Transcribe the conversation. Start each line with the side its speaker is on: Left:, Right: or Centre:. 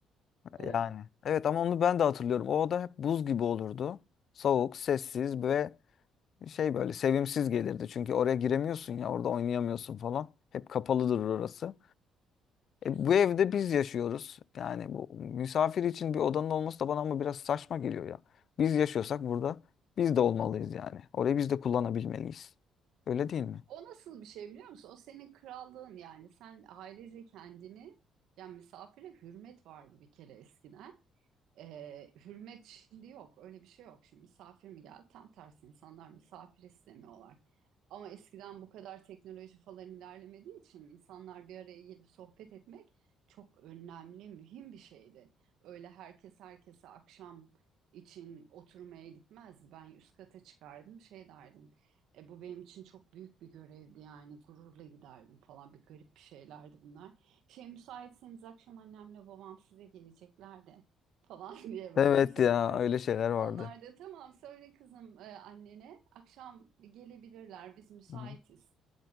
Right: Evet,
Left: Yani. Evet ama onu ben de hatırlıyorum. O oda hep buz gibi olurdu. Soğuk, sessiz ve şey böyle sevimsiz gelirdi. Çünkü oraya giremiyorsun ya orada oynayamıyorsun falan. Hep kapalıdır orası.
Right: kesinlikle
Left: E, bu evde
Right: öyle.
Left: biz yaşıyoruz. Yani bu misafir için bir odanın olması da bana ama biraz saçma geliyor ya. Biz yaşıyorsak burada biz de olmalıyız yani. Orayı biz de kullanabilmeliyiz. Öyle değil mi?
Right: O nasıl bir şey biliyor musun? O senin krallığın yani. Sen ailece kendini, yani misafire hürmet vardı bir kere eskiden. Ee, hürmet şimdi yok. Öyle bir şey yok. Şimdi misafir mi geldi? Tam tersi insanlar misafir istemiyorlar. Ama eskiden bu kadar teknoloji falan ilerlemediği için insanlar bir araya gelip sohbet etmek çok önemli, mühim bir şeydi. Öyle herkes herkese akşam için oturmaya gitmezdi. Ben üst kata çıkardım, şey derdim. E, bu benim için çok büyük bir görevdi yani gururla giderdim falan bir garip bir şeylerdi bunlar. Şey müsaitseniz akşam annemle babam size gelecekler de falan <laughs> diye böyle
Left: Evet
Right: söylerdim.
Left: ya öyle şeyler vardı.
Right: Onlar da tamam söyle kızım e, annene akşam gelebilirler biz müsaitiz.
Left: Hı hı.